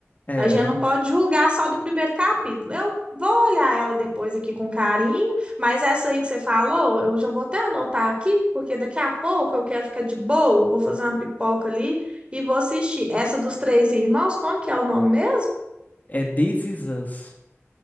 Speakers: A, on the left (about 35°); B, on the right (about 25°).
A: É,
B: A gente
A: aham.
B: não pode julgar só do primeiro capítulo. Eu vou olhar ela depois aqui com carinho, mas essa aí que você falou, eu já vou até anotar aqui, porque daqui a pouco eu quero ficar de boa, vou fazer uma pipoca ali e vou assistir. Essa dos três irmãos, como que é o nome mesmo?
A: É This Is Us.